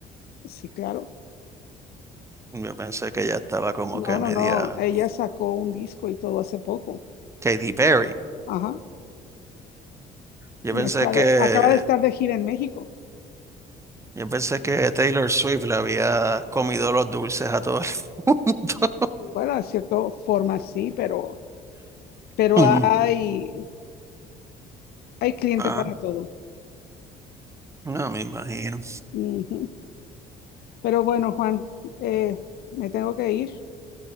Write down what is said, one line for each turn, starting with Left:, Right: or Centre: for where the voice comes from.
Left: Sí, claro.
Right: Yo pensé que ella estaba como
Left: No,
Right: que
Left: no,
Right: media
Left: no, ella sacó un disco y todo hace poco.
Right: Katy Perry.
Left: Ajá.
Right: Yo
Left: Y
Right: pensé
Left: está
Right: que
Left: de- acaba de estar de gira en México.
Right: yo pensé que Taylor Swift le había comido los dulces a todo el mundo.
Left: Bueno, de cierta forma sí, pero, pero
Right: <laughs>
Left: hay, hay cliente
Right: Ah,
Left: para todo.
Right: no me imagino.
Left: Ujú. Pero bueno, Juan, eh, me tengo que ir,